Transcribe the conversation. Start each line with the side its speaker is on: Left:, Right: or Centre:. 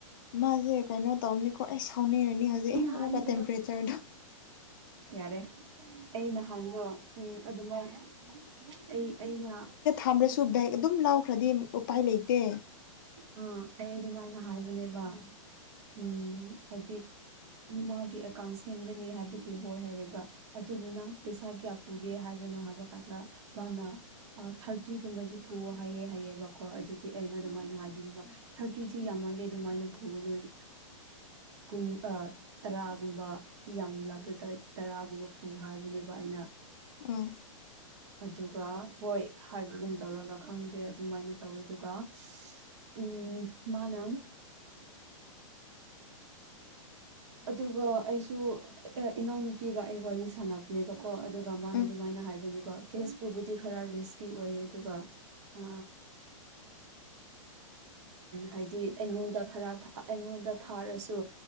Left: ꯃꯥꯁꯦ ꯀꯩꯅꯣ ꯇꯧꯅꯤꯀꯣ ꯑꯩ ꯁꯥꯎꯅꯔꯅꯤ ꯍꯧꯖꯤꯛ
Right: ꯑꯩꯅ
Left: ꯑꯃꯨꯛꯀ
Right: ꯍꯥꯏꯔꯤꯕꯅꯣ
Left: ꯇꯦꯝꯄꯔꯦꯆꯔꯗꯣ
Right: ꯌꯥꯔꯦ ꯑꯩ ꯅꯍꯥꯟꯗꯣ ꯎ ꯑꯗꯨꯃꯥꯏꯅ ꯑꯩ ꯑꯩꯅ
Left: ꯈ꯭ꯔꯁꯨ ꯕꯦꯛ ꯑꯗꯨꯝ ꯂꯥꯎꯈ꯭ꯔꯦ ꯎꯄꯥꯏ ꯂꯩꯇꯦ
Right: ꯑꯥ ꯑꯩ ꯑꯗꯨꯃꯥꯏꯅ ꯍꯥꯏꯕꯅꯦꯕ ꯎꯝ ꯍꯥꯏ ꯃꯥꯒꯤ ꯑꯦꯀꯥꯎꯟ ꯁꯦꯝꯒꯅꯤ ꯍꯥꯏꯕꯒꯤ ꯑꯣꯏ ꯍꯥꯏꯌꯦꯕ ꯑꯗꯨꯗꯨꯅ ꯄꯩꯁꯥꯒꯤꯌꯥ ꯄꯨꯒꯦ ꯍꯥꯏꯕꯅꯣ ꯍꯥꯏꯕ ꯀꯥꯟꯗ ꯃꯥꯅ ꯊꯥꯔꯇꯤꯒꯨꯝꯕꯗꯤ ꯄꯨ ꯍꯥꯏꯌꯦꯦ ꯍꯥꯏꯑꯕꯀꯣ ꯑꯗꯨ ꯑꯩꯅ ꯑꯗꯨꯃꯥꯏꯅ ꯍꯥꯏꯅꯤꯡꯅꯤꯡꯕ ꯊꯥꯔꯇꯤꯗꯤ ꯌꯥꯝꯃꯜꯂꯦ ꯑꯗꯨꯃꯥꯏꯅ ꯄꯨꯕ ꯅꯣꯏ ꯀꯨꯟ ꯇꯔꯥꯒꯨꯝꯕ ꯌꯥꯝ ꯂꯕꯗ ꯇꯔꯥꯒꯨꯝꯕ ꯐꯧ ꯍꯥꯏꯕꯅꯦꯕ ꯑꯩꯅ
Left: ꯑꯥ
Right: ꯑꯗꯨꯒ ꯍꯣꯏ ꯍꯥꯏꯕꯒꯨꯝ ꯇꯧꯔꯒ ꯈꯪꯗꯦ ꯑꯗꯨꯃꯥꯏꯅ ꯇꯧꯋꯦ ꯑꯗꯨꯒ ꯎꯝ ꯎꯝ ꯃꯥꯅ
Left: <unintelligible>
Right: ꯑꯗꯨꯒ ꯑꯩꯁꯨ ꯏꯅꯥꯎꯅꯨꯄꯤꯒ ꯑꯩ ꯋꯥꯔꯤ ꯁꯥꯟꯅꯕꯅꯦꯕꯀꯣ ꯀꯣ ꯑꯗꯨꯒ ꯃꯥꯅ
Left: ꯎꯝ
Right: ꯑꯗꯨꯃꯥꯏꯅ ꯍꯥꯏꯕꯅꯦ ꯀꯦꯁꯄꯨꯕꯨꯗꯤ ꯈꯔ ꯔꯤꯁꯀꯤ ꯑꯣꯏꯌꯦ ꯑꯗꯨꯒ ꯎꯝ ꯍꯥꯏꯗꯤ ꯑꯩꯉꯣꯟꯗ ꯈꯔ ꯊꯛ ꯑꯩꯉꯣꯟꯗ ꯊꯥꯔꯁꯨ